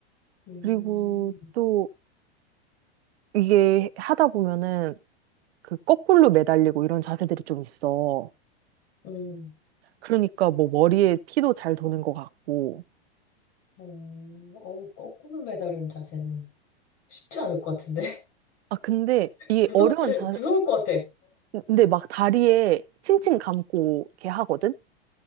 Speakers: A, on the left; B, on the right.
A: 음,
B: 그리고 또 이게 하다 보면은 그 거꾸로 매달리고 이런 자세들이 좀 있어.
A: 음,
B: 그러니까 뭐 머리에 피도 잘 도는 것 같고.
A: 어, 어, 거꾸로 매달은 자세는 쉽지 않을 것 같은데.
B: 아, 근데 이게
A: 무섭지를,
B: 어려운 자세,
A: 무서울 것 같아.
B: 근데 막 다리에 칭칭 감고 이렇게 하거든?